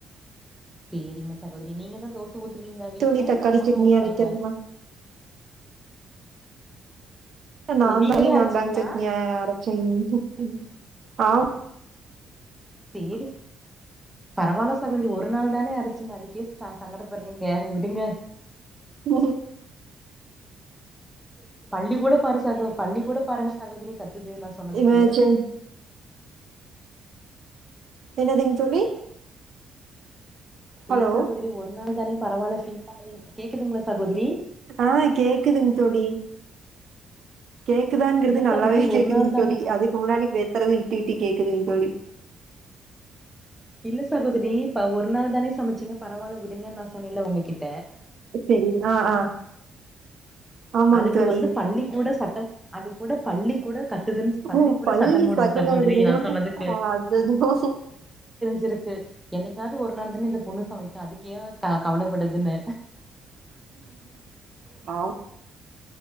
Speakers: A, in the centre; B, on the right.
A: சேரிம்மா சகோதரி நீங்க தா தோச ஊத்துவீங்ளா
B: தக்காளி
A: வீட்ல
B: தக்காளி
A: இல்ல அம்மா
B: சட்னி
A: தா ஊத்துவாங்ளா
B: அரைக்கிறதுலாம் நா
A: நீங்கதா
B: தா <inaudible> நாந்தாங்
A: அரச்சீங்களா
B: சட்னி அ அரச்சே <inaudible> ஆ
A: சேரி பரவால்ல சகோதரி ஒரு நாள் தானே அரச்சீங்க அதுக்கே ச சங்கடப்பட்றீங்க விடுங்க
B: ஹ
A: பல்லி கூட பாரு சாகோ பல்லி கூட பாருங்க சகோதரி கத்துது நா சொன்னதுக்கு
B: இவ- சரி. என்னதுங் தோழி
A: இல்ல
B: ஹலோ
A: சகோதரி ஒரு நாள் தானே பரவால்ல ஃபீல் பண்ணாதீங் கேக்குதுங்களா சகோதரி
B: ஆ கேக்குதுங் தோழி கேக்குதாங்கறது
A: இல்ல
B: நல்லாவே
A: சகோதரி ஒரு
B: கேக்குதுங்
A: நாள் தானே
B: தோழி
A: பர
B: அதுக்கு முன்னாடி பேசறது விட்டு விட்டு கேக்குதுங் தோழி
A: இல்ல சகோதரி இப்ப ஒரு நாள் தானே சமச்சீங்க பரவால்ல விடுங்கன் நா சொன்னேல்ல உங்ககிட்
B: செரி ஆ ஆ ஆமாங்க
A: அதுக்கு
B: தோழி
A: வந்து பள்ளிக் கூட சட்டம் அது கூட பள்ளி கூட கத்துதுன்னு பள்ளி
B: ஓ
A: கூட
B: பல்லி
A: சத்தம் போடுது
B: பகல்
A: சகோதரி
B: ஆடுதுங்ளா
A: நா சொன்னதுக்கு
B: ஆ அதென்னமோ
A: சிருக்கு என்னைக்காவ்து ஒரு நாள் தான இந்த பொண்ணு சமைக்கு அதுக்கே க கவலப்படுதுன்னு
B: ஆ